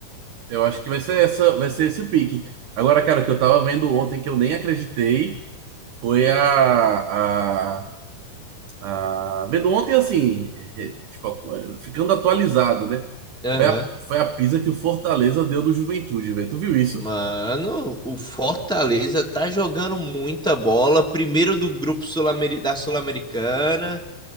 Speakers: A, on the right (about 65°); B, in the centre.
A: Eu acho que vai ser essa, vai ser esse o pique. Agora, cara, o que eu tava vendo ontem que eu nem acreditei foi a, a Ah, vendo ontem, assim, eh, tipo, ficando atualizado, né?
B: Aham.
A: Foi a, foi a pisa que o Fortaleza deu no Juventude, velho. Tu viu isso?
B: Mano, o Fortaleza tá jogando muita bola, primeiro do grupo Sul-Ameri- da Sul-Americana,